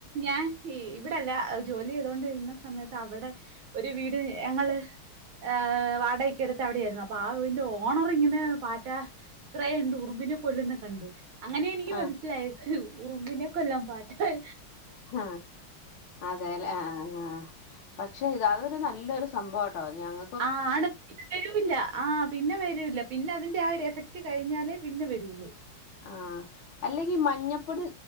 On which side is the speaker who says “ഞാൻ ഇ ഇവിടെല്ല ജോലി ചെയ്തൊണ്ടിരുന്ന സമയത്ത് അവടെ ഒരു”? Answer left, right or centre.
Right